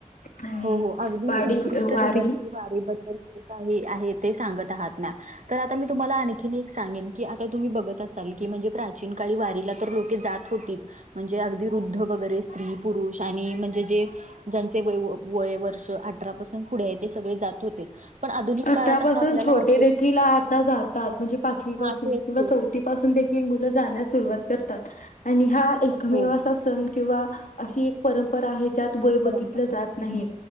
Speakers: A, on the left; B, on the right.
A: आणि
B: हो हो अगदी
A: वाडी
B: उत्कृष्ट
A: वारी
B: रित्यात वारीबद्दल जे काही आहेत ते सांगत आहात मॅम तर आता मी तुम्हाला आणखीन एक सांगेन की आता तुम्ही बघत असाल की म्हणजे प्राचीन काळी वारीला तर लोके जात होतीच म्हणजे अगदी वुद्ध वगैरे स्त्री पुरुष आणि म्हणजे जे ज व वय वर्ष अठरा पासून पुढे ते सगळे जात होते पण आधुनिक
A: अठरापासून
B: काळात असं आपल्याला
A: छोटे
B: वाटतंय
A: देखील
B: की
A: आता जातात म्हणजे पाचवी पासून
B: हा तेच
A: किंवा
B: तेच
A: चौथीपसून देखील कि मुलं जाण्यास सुरुवात करतात आणि हा एकमेव
B: हो
A: असं आसन किंवा अशी एक परंपरा आहे ज्यात वय
B: परंपरा
A: बघितलं जात नाही